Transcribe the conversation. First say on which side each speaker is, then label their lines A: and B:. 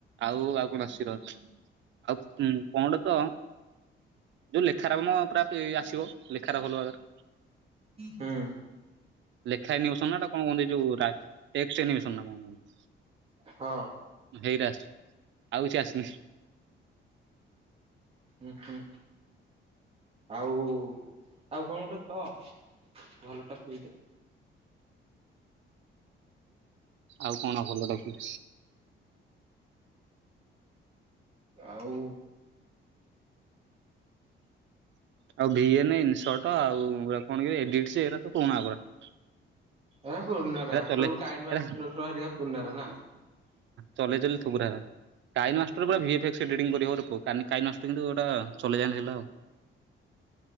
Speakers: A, on the right (about 70°); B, on the right (about 30°).
A: ଆଉ ଆଉ କଣସିିର ଆଉ କଟ ତ ଯୋଉ ଲେଖାରମ ପୁର ଆସିବ ଲେଖାର ଭଲ ଭାବରେ।
B: ହୁଁ
A: ଲେଖାନିବସନ ନାା କଣ କୁହନ୍ତି ଯୋଉ କଣ କୁହନ୍ତି?
B: ହଁ।
A: ହେଇଟା ଆସ ଆଉ କିଛି ଆସିନି।
B: ହୁଁ ହୁଁ ଆଉ ଆଉ କଣ ଗୋଟେ କହ ଭଲ ଟା ଟପିକଟେ।
A: ଆଉ କଣ ଭଲଟା କି?
B: ଆଉ
A: <unintelligible>
B: ଏ ଫୁୁରୁନା
A: ଏଗୁରା ଚଲେଇ
B: ସୁ କାଇନଷ୍ଟ
A: ଏରା
B: ସାରିକା ଫୁରୁନା ନା?
A: ଚଲେ ଚଲେ ଠୁବୁର ହେ। କାଇ ନଷ୍ଟ ଗ ଭିଂିବାର କ କ ନଷ୍ଟ କିନ୍ତୁ ଗୋଟା ଚଲେଇ ଜାଣିଲେ ହେଲା ଆଉ।